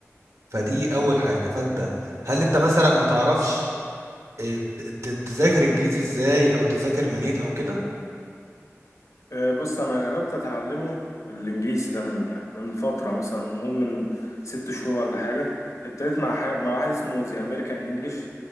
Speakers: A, on the right; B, on the left.
A: فدي اول حاجة فانت هل انت مثلا ما تعرفش اه، ت- ت- تذاكر انجليزي ازاي او تذاكر منين او كده
B: آه، بص أنا جربت أتعلمه الإنجليزي ده من من فترة مثلا نقول من ست شهور ولا حاجة ابتديت مع حاجة... مع واحد اسمه زي أمريكان إنجليش